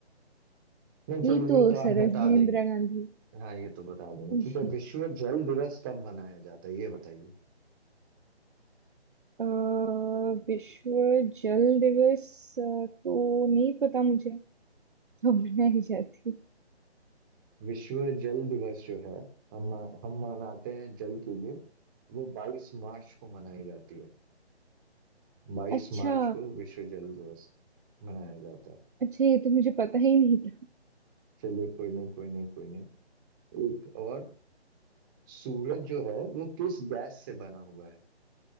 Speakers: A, on the right; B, on the right.
A: नहीं चलिए
B: ये तो
A: ये तो आप
B: सरल
A: बता
B: है
A: दें
B: इंदिरा गांधी
A: हाँ ये तो बता देंगे
B: ये,
A: ठीक है विश्व जल दिवस कब मनाया जाता है ये बताइए
B: अ, विश्व जल दिवस अ, तो नहीं पता मुझे कब मनाई जाती है।
A: विश्व जल दिवस जो है हम हम मनाते हैं जल के लिए वो 22 मार्च को मनाई जाती है 22
B: अच्छा
A: मार्च को विश्व जल दिवस मनाया जाता है
B: अच्छा ये तो मुझे पता ही नहीं था
A: चलिए कोई नहीं कोई नहीं कोई नहीं एक और सूरज जो है वो किस गैस से बना हुआ है